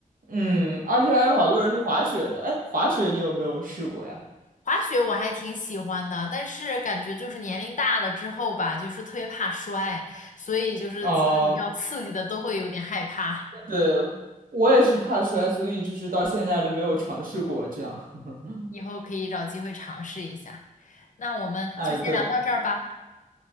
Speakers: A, on the right; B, on the left.
A: 嗯，而且还有好多人去滑雪的。哎，滑雪你有没有试过呀？
B: 滑雪我还挺喜欢的，但是感觉就是年龄大了之后吧，就是特别怕摔，所以就是这种比较刺激的都会有点害怕。
A: 哦、对，我也是怕摔，所以就是到现在都没有尝试过这样。<laughs>
B: 以后可以找机会尝试一下。那我们就先聊到这儿吧。
A: 哎，对，